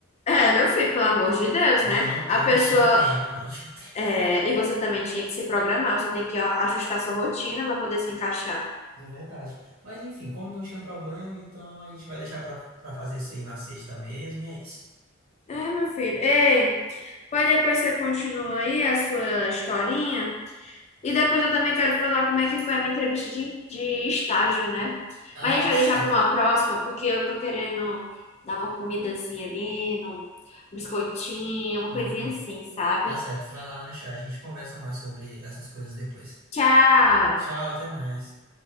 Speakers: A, on the left; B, on the right.
A: É, meu filho, pelo amor de Deus,
B: Não,
A: né?
B: eu não,
A: A
B: eu não
A: pessoa.
B: tinha tempo, eu não tinha
A: é, e você também tinha que se programar, você tem que ó, ajustar sua rotina para poder se encaixar.
B: É verdade. Mas enfim, como não tinha problema, então a gente vai deixar pra, pra fazer isso aí na sexta mesmo, e é isso.
A: É, meu filho. Ei, pode depois você continua aí a sua historinha? E depois eu também quero falar como é que foi a minha entrevista de, de estágio, né?
B: Ah,
A: Mas a gente vai
B: se-
A: deixar
B: eu
A: para
B: tô.
A: uma próxima, porque eu tô querendo dar uma comidazinha ali, um biscoitinho, uma
B: Hum,
A: coisinha assim, sabe?
B: tá certo, vai lá lanchar. A gente conversa mais sobre essas coisas depois.
A: Tchau!
B: Tchau, até mais.